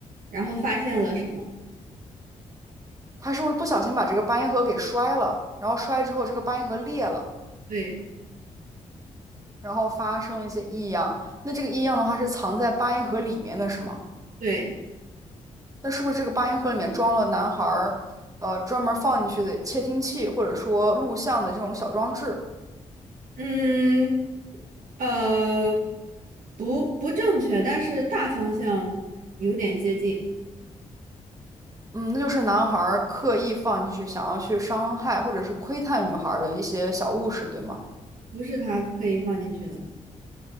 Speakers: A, on the right (about 65°); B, on the right (about 25°).
A: 然后发现了什么？
B: 她是不是不小心把这个八音盒给摔了？然后摔之后，这个八音盒裂了，
A: 对
B: 然后发生了一些异样。那这个异样的话是藏在八音盒里面的，是吗？
A: 对，
B: 那是不是这个八音盒里面装了男孩儿，呃，专门放进去的窃听器，或者说录像的这种小装置？
A: 嗯，呃，不不正确，但是大方向有点接近，
B: 嗯，那就是男孩儿刻意放进去，想要去伤害或者是窥探女孩儿的一些小物事，对吗？
A: 不是他刻意放进去的。